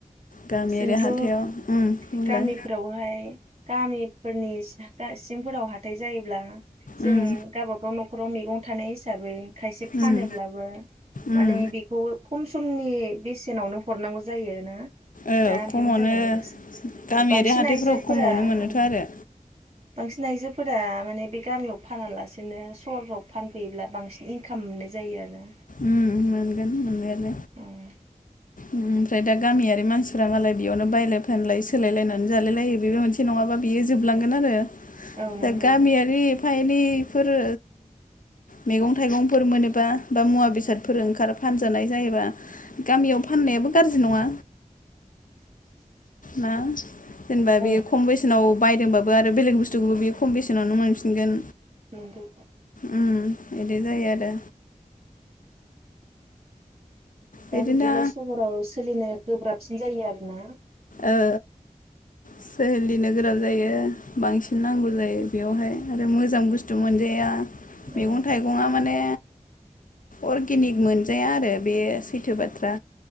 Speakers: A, on the left; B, on the right.
A: गामियारि
B: जोंथ'
A: हाथाइयाव उम होनलाय।
B: गामिफोरावहाय गामिफोरनि सिंफोराव हाथाय जायोब्ला जों
A: उम
B: गावबा गाव न' खराव मेगं थानाय हिसाबै खायसे फानोब्लाबो
A: उम उम
B: माने बेखौ खम खमनि बेसेनावनो हरनांगौ जायोना?
A: ओ
B: दा
A: खमावनो
B: बिनि थाखायनो गोसो
A: गामियारि
B: बांसिन
A: हाथायफोराव
B: आइजोफोरा
A: खमावनो मोनोथ'
B: औ
A: आरो
B: बांसिन आइजोफोरा माने बे गामियाव फानालासेनो सहरफ्राव फानफैयोब्ला बांसिन इनकाम मोननाय जायो आरो।
A: उ मोनगोन मोननायालाय।
B: आरो
A: ओमफ्राय दा गामियारि मानसिफ्रा मालाय बेयावनो बायलाय फानलाय सोलायलायनानै जालाय लायो बेबो मोनसे नङाबा बियो जोबलांगोन आरो
B: औ नंगौ
A: दा गामियारि फाय बेफोरो मैगं थाइगंफोर मोनोबा बा मुवा बेसादफोर
B: औ
A: ओंखार फानजा जानाय जायोबा गामियाव फाननायाबो गाज्रि नङा। ना जेनेबा
B: औ
A: बे खम बेसेनाव बायदोंबाबो आरो बेलेग बुस्थुखौबो बे खम बेसेनावनो मोनफिनगोन
B: नंगौ
A: उम बिदि जायो आरो। बिदिनो
B: दा बिदिब्ला सहराव सोलिनो गोब्राब सिन जायो आरो ना?
A: ओ सोलिनो गोब्राब जायो बांसिन नांगौ जायो बेयावहाय आरो मोजां बुस्थु मोनजाया। मैगं-थाइगङा
B: औ
A: माने अर्गेनिक मोनजाया आरो बे सैथो बाथ्रा